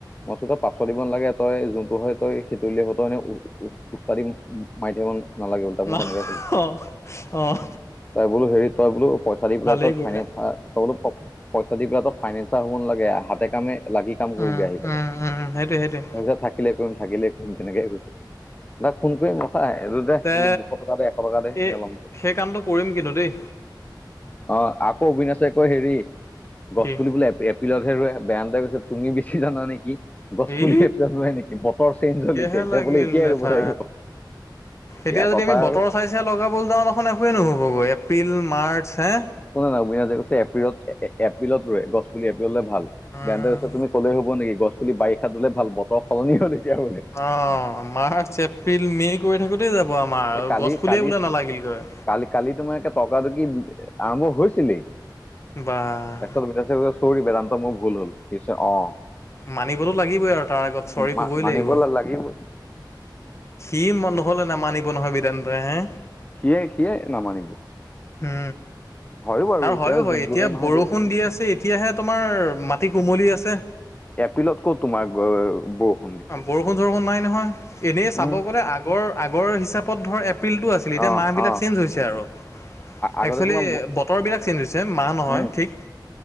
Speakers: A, on the left (about 20°); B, on the left (about 35°).
A: মইটো তই পাচল দিব ন লাগে তই যোনটো হয় তই সেইটো হত এনে পোস্তাৰি মাইথেন নালাগে উল্ট মই
B: ন
A: তেনেকে কো
B: অঁ অঁ
A: তই বোলো হেৰি তই বোলো, পইচা দি পেলাই,
B: ভালেই
A: তই
B: কৰিলা
A: ফাইনে তই বোলো পইচা দি পেলাই তো ফাইনেন্সাৰ হ'ব নালাগে হাতে কামে লাগি কাম কৰিবি
B: উম
A: আহি
B: উম, উম, সেইটোয়, সেইটোয়ে।
A: তিছা থাকিলে কৰিম থাকিলে কৰিম তেনেকে কৈছে তাক ফোন কৰিম। চাই এইটো দে
B: তে
A: বোলো দুশ টকা, দে এশ টকা দে এনেকে
B: এই
A: ল'ম ত
B: সেই কামটো কৰিম কিন্তু দেই
A: অ, আকৌ অবিনাশে আকৌ হেৰি গছ
B: কি
A: পুলিবোলে এপ্ৰিলতহে ৰোৱে বেয়ানতে কৈছে তুমি বেছি জানা নেকি। গছ
B: এই
A: পুলিয়ে পেল হয় নেকি বতৰ চেইঞ্জ হ'ল
B: তেতিয়াহে
A: এতিয়া, এতিয়া
B: লাগিল
A: বোলে এতিয়াই
B: লেঠা
A: ৰ'ব লাগিব।
B: এতিয়া
A: ইয়াৰ
B: যদি
A: কথা
B: আমি বতৰ
A: আৰু
B: চাই, চাই লগাবলৈ যাওঁখন একোৱে নহ'বগৈ এপ্ৰিল, মাৰ্চ হে
A: শুনে নাই অবিনা কৈছে এপ্ৰিলত এপ্ৰিলত ৰ গছপুলি এপ্ৰিললে ভাল
B: উম
A: বে তুমি কলে হ'ব নেকি গছপুলি বাৰিষাত লে ভাল বতৰ সলনি হ'ল এতিয়া হৈছে।
B: অ, মাৰ্চ, এপ্ৰিল মে কৰি থাকোতেই যাব আমাৰ
A: এই কালি
B: গছ পুলিয়ে
A: কালি
B: বোলে নালাগিলগৈ।
A: কালি, কালি তোমাৰে টৰ্কা টকি আৰম্ভ হৈছিলেই
B: বা
A: এক ভিত চৌৰি বেদান্ত মোৰ ভুল হ'ল। পিছে অ,
B: মানিবতো লাগিবই আৰু তাৰ আগত চৰি
A: ম-মানিব
B: ক'বই লাগিব।
A: লাগিবই।
B: সি নহ'লে নে মানিব তেন্তে হে
A: সিয়ে, সিয়ে নামানিব।
B: উম।
A: হয় বাৰু
B: আৰু হয়ো হয়
A: জুন
B: এতিয়া
A: জুলাই মাহে
B: বৰষুণ
A: বেষ্ট
B: দি আছে, এতিয়াহে তোমাৰ মাটি কোমলি আছে।
A: এপ্ৰিলতকৈ তোমাৰ বষ
B: অ, বৰষুণ-চৰষুণ নাই নহয় এনেই চাব
A: উম,
B: গলে আগৰ, আগৰ হিচাপত ধৰ এপ্ৰিলতটো আছে। এতিয়া
A: অ',
B: মাহবিলাক
A: অ'।
B: চেঞ্জ হৈছে আৰু
A: আগতে
B: একসোৱেলি
A: তোমাৰ
B: বতৰবিলাক চেঞ্জ হৈছে মাহ নহয়
A: উম
B: ঠিক